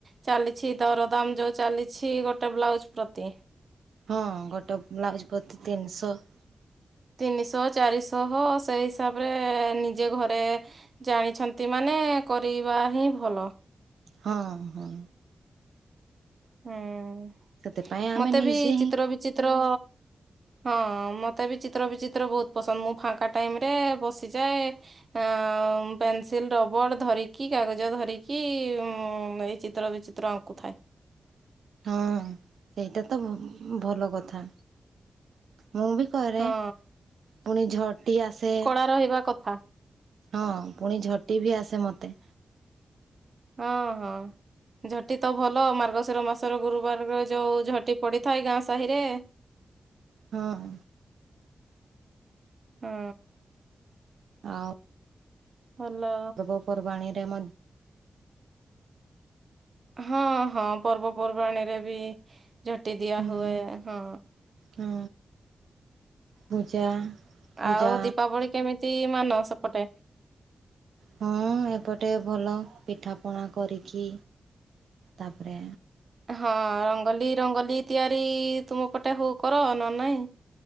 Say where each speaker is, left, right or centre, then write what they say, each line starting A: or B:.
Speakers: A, on the right; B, on the right.
A: ଚାଲିଛି, ଦରଦାମ ଯେଉଁ ଚାଲିଛି, ଗୋଟେ ବ୍ଲାଉଜ୍ ପ୍ରତି
B: ହଁ, ଗୋଟେ ବ୍ଲାଉଜ୍ ପ୍ରତି ତିନିଶହ।
A: ତିନିଶହ, ଚାରିଶହ ସେଇ ହିସାବରେ ନିଜେ ଘରେ ଜାଣିଛନ୍ତି ମାନେ, କରିବା ହିଁ ଭଲ।
B: ହଁ, ହଁ
A: ହୁଁ,
B: ସେଥିପାଇଁ ଆମେ
A: ମତେ
B: ନିଜେ
A: ବି
B: ହିଁ
A: ଚିତ୍ର ବିଚିତ୍ର ହଁ ମୋତେ ବି ଚିତ୍ର, ବିଚିତ୍ର ବହୁତ ପସନ୍ଦ। ମୁଁ ଫାଙ୍କା ଟାଇମରେ ବସିଯାଏ ହଁ ପେନସିଲ, ରବର ଧରିକି, କାଗଜ ଧରିକି ଉ -ଏଇ ଚିତ୍ର ବିଚିତ୍ର ଚିତ୍ର ଆଙ୍କୁ ଥାଏ।
B: ହଁ ସେଇଟା ତଭ ଭଲ କଥା, ମୁଁ ବି କରେ,
A: ହଁ
B: ପୁଣି ଝଟି ଆସେ।
A: ତା ରହିବା କଥା।
B: ହଁ ପୁଣି ଝଟି ବି ଆସେ, ମତେ
A: ହଁ ହଁ ଝଟି ତ ଭଲ, ମାର୍ଗଶିର ମାସର ଗୁରୁବାରରେ ଯୋଉ ଝଟି ପଡିଥାଏ ଗାଁ ସାହିରେ
B: ହଁ
A: ଉଁ
B: ଆଉ
A: ଭଲ
B: ପର୍ବପର୍ବାଣୀରେ ମଧ୍ୟ
A: ହଁ ହଁ ପର୍ବ, ପର୍ବାଣିରେ ବି ଝୋଟି ଦିଆ
B: ହୁଁ
A: ହୁଏ, ହଁ
B: ହଁ ପୂଜା ପୂଜା
A: ଆଉ, ଦୀପାବଳି କେମିତି ମାନ, ସେପଟେ
B: ହଁ ଏପଟେ ଭଲ ପିଠାପଣା କରିକି, ତାପରେ
A: ହଁ ରଙ୍ଗୋଲି, ରଙ୍ଗୋଲି ତିଆରି ତୁମ ପଟେ ହୁ କର, ନା ନାଇଁ?